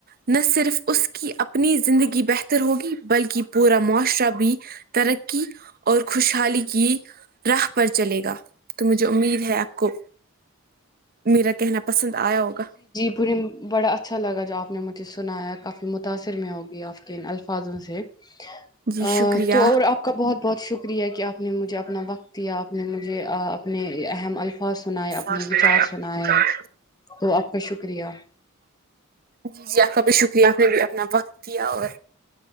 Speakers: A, on the right; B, on the left.
A: نہ صرف اس کی اپنی زندگی بہتر ہوگی بلکہ پورا معاشرہ بھی ترقی اور خوشحالی کی راہ پر چلے گا تو مجھے امید ہے آپ کو میرا کہنا پسند آیا ہوگا
B: پے بڑا اچھا لگا جو آپ نے مجھے سنایا کافی متاثر میں ہوگی آپ کے ان الفاظوں سے
A: جی
B: ا
A: شکریہ
B: تو اور آپ آ کا بہت بہت شکریہ کہ آپ نے مجھے اپنا وقت دیا آپ نے مجھے اپنے اہم الفاظ سن اپ
A: اور
B: نے
A: سنائے
B: وچار
A: اپنے
B: سنا
A: وچار
B: ہے تو آپ کا شکریہ
A: جی جی آپ کا بھی شکریہ آپ نے بھی اپنا وقت دیا اور